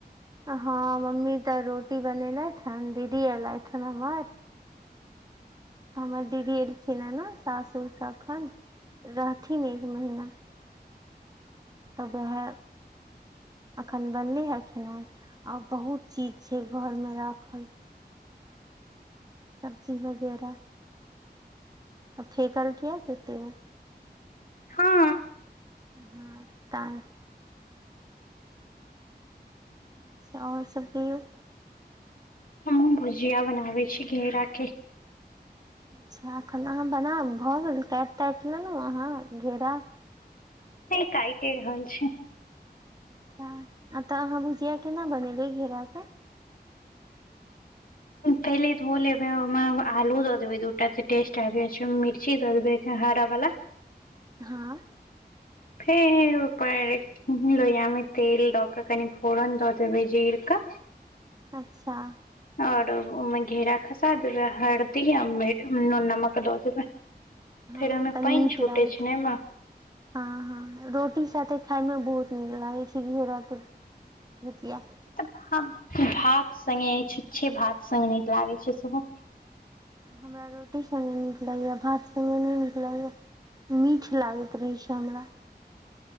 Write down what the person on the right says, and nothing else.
हँ मम्मी तऽ रोटी बनेलथि छन दीदी एयलथि हन हमर हमर दीदी एलखिन ह न सासुर स अखन रहथिन एक महीना तबे ह अखन बनलै हए खेनाइ आ बहुत चीज छै घरमे राखल सबजी वगैरह त फेेकल कै देतै
हँ काम अच्छा आओर सब कहियौ
अच्छा अखन अहाँ बना भऽ गेल काटि ताटि लेलहुँ अहाँ घेरा
अच्छा आ तऽ अहाँ भुजिया केना बनेबै घेराके
हँ
अच्छा
हँ
त नीक
लागत
हँ हँ रोटी साथे खाय मे बहुत नीक लागे छै घेरा के भुजिया
हमरा रोटी संगे नीक लागैया भात संगे नहि नीक लागैत अछि मीठ लागैत रहय छै हमरा